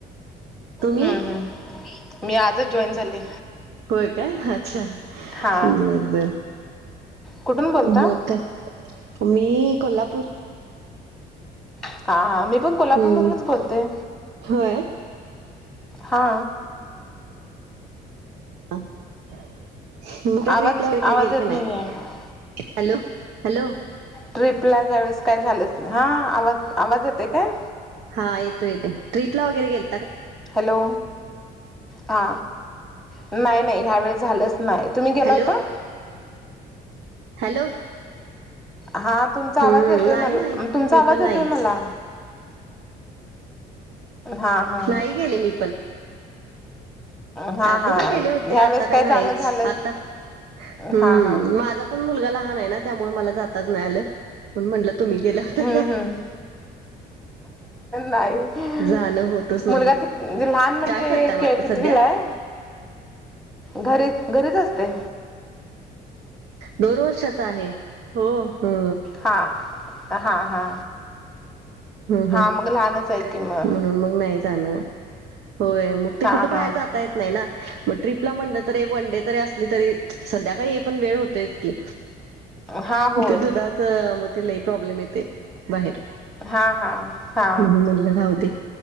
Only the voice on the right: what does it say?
तुम्ही
होय काय अच्छा
बद
मग काय मी कोल्हापूर
हम्म
होय
मग ते
ट्रिपला व काय
गेल
काी नाही
हॅलो हॅलो
हा येतो येते ट्रीप ला वगैरे गेल
हॅलो
हॅलो?
हम्म
नाही
नाही
मी
पण नाहीच
नाही गेले मी पण.
अगोदर
केले होते, आता काय नाहीच
आता हम्म
माझा पण मुलगा लहान आहे ना त्यामुळे मला जाताच नाही आलंण म्हणलं तु् गेला होता
काय
जाणं होतच नाही
काय करताय मग आता
सध्या
दोन वर्षाचा आहे, हो. ह.
हम्म
हम्म
म्हणून मग नाही जाणं, होय मग ते
कुठे बाहेर
जाता येत नाही ना मग ट्रिपला म्हणलं तरी वनडे तरी असली तरी संध्याकाळी येई पर्यंत वेळ होतोयच की.
मग ते दुधाच मग ते लई प्रॉब्लेम येते बाहेर.
म्हणून म्हणलं राहू दे